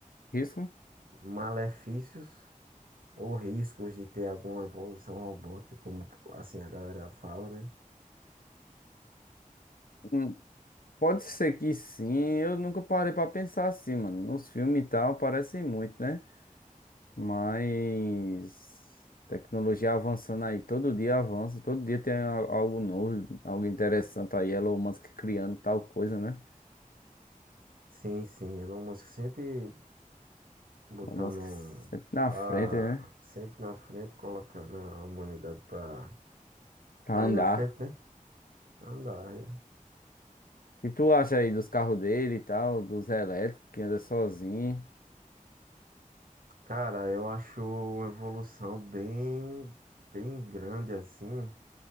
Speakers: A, on the left; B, on the right.
A: Risco?
B: malefícios ou riscos de ter alguma evolução robótica, como assim a galera fala, né?
A: Hum, Pode ser que sim, eu nunca parei pra pensar assim, mano. Nos filmes e tal, aparecem muito, né? Mas tecnologia avançando aí, todo dia avança, todo dia tem a- algo novo, algo interessante aí. Elon Musk criando tal coisa, né?
B: Sim, sim, Elon Musk sempre botando
A: Elon Musk sempre na
B: a
A: frente, né?
B: sempre na frente, colocando a humanidade pra,
A: Pra
B: pra
A: andar.
B: ir na frente, né? Andar, né?
A: O que tu acha aí dos carros dele e tal, dos elétricos que anda sozinho?
B: Cara, eu acho uma evolução bem, bem grande assim,